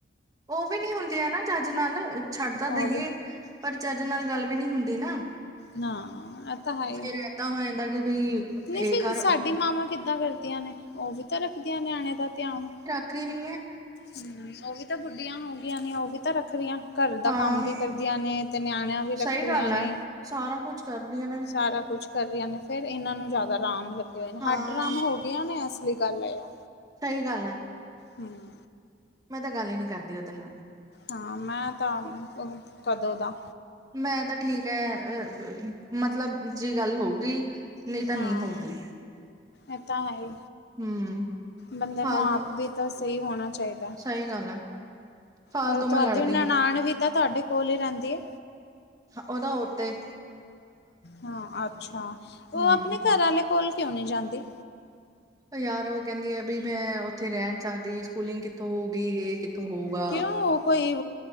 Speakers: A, on the right (about 20°); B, on the left (about 60°).
A: ਉਹ ਵੀ ਨੀ ਹੁੰਦੀਆਂ ਨਾ ਚੱਜ ਨਾਲ ਛੱਡਦਾ
B: ਉਹ
A: ਦਈਏ। ਪਰ ਚੱਜ ਨਾ ਗੱਲ ਵੀ ਨਹੀਂ ਹੁੰਦੀ ਨਾ
B: ਨਾ ਇਹ ਤਾਂ ਹੈ ਹੀ
A: ਫੇਰ ਏਦਾਂ ਹੋ ਜਾਂਦਾ ਕਿ ਵੀ
B: ਨਹੀਂ
A: ਇਹ
B: ਫਿਰ
A: ਕਰ
B: ਸਾਡੀ
A: ਉਹ ਕਰ
B: ਮਾਵਾਂ ਕਿੱਦਾਂ ਕਰਦੀਆਂ ਨੇ। ਉਹ ਵੀ ਤਾਂ ਰੱਖਦੀਆਂ ਨਿਆਣੇ ਦਾ ਧਿਆਨ।
A: ਕਰਰੀਏ।
B: ਹੂ ਉਹ ਵੀ ਤਾਂ ਬੁੱਢੀਆਂ ਹੋ ਗਈਆਂ ਨੇ ਉਹ ਵੀ ਤਾਂ ਰੱਖਦੀਆਂ ਘਰ ਦਾ
A: ਹਾਂ
B: ਕੰਮ ਵੀ ਕਰਦੀਆਂ ਨੇ। ਤੇ ਨਿਆਣਿਆਂ ਵੀ ਰੱਖ
A: ਸਹੀ
B: ਰਆਂ
A: ਗੱਲ
B: ਨੇ
A: ਹੈ ਸਾਰਾ ਕੁਛ ਕਰਦੀਆਂ ਨੇ
B: ਸਾਰਾ ਕੁਛ। ਕਰਹੀ ਨੇ ਫਿਰ ਇਹਨਾਂ ਨੂੰ ਜ਼ਿਆਦਾ ਆਰਾਮ ਲੱਗੇ ਹੋਏ ਨੇ
A: ਹਾਂ
B: ਹੱਡ ਆਰਾਮ ਹੋ ਗਈਆਂ ਨੇ ਅਸਲੀ ਗੱਲ ਹੈ ਆ।
A: ਸਹੀ ਗੱਲ ਹੈ।
B: ਹੂ,,,
A: ਮੈਂ ਤਾਂ ਗੱਲ ਹੀ ਨਹੀਂ ਕਰਦੀ ਉਹਦੇ ਨਾਲ।
B: ਹਾਂ। ਮੈਂ। ਤਾਂ। ਕਦੋਂ। ਦਾ।
A: ਮੈਂ। ਤਾਂ। ਠੀਕ। ਹੈ। ਮਤਲਬ। ਜਿ। ਗੱਲ। ਹੋਊਗੀ। ਨਹੀਂ ਤਾਂ
B: ਹਾਂ।
A: ਨਹੀਂ ਹੋਊਗੀ
B: ਇਹ। ਤਾਂ। ਹੈ। ਹੀ।
A: ਹਮ
B: ਬੰਦੇ।
A: ਫਾਲਤੂ
B: ਨੂੰ। ਆਪ। ਵੀ। ਤਾਂ। ਸਹੀ। ਹੋਣਾ। ਚਾਹੀਦਾ।
A: ਸਹੀ ਗੱਲ ਹੈ ਫਾਲਤੂ
B: ਹੋਰ। ਤੁਹਾਡੀ।
A: ਮੈਂ ਲੜਦੀ
B: ਨਨਾਣ।
A: ਨੀ
B: ਵੀ। ਤਾਂ। ਤੁਹਾਡੇ। ਕੋਲ। ਹੀ। ਰਹਿੰਦੀ। ਹੈ।
A: ਉਹਦਾ। ਉ। ਤੇ।
B: ਹਾਂ। ਅੱਛਾ। ਉਹ।
A: ਹਮ
B: ਆਪਣੇ। ਘਰ। ਆੇ। ਕੋਲ। ਕਿਉਂ। ਨਹੀਂ। ਜਾਂਦੀ।
A: ਯਾਰ। ਉਹ। ਕਹਿੰਦੀ। ਹੈ। ਬ। ਮੈਂ। ਉੱਥੇ। ਰਹਿਣ। ਸਕਦੀ। ਸਕੂਲਿੰਗ। ਕਿੱਥੋਂ। ਹੋਊਗੀ। ਇਹ। ਕਿੱਥੋਂ ਹੋਊਗਾ
B: ਕਿਉਂ। ਉਹ। ਕੋਈ।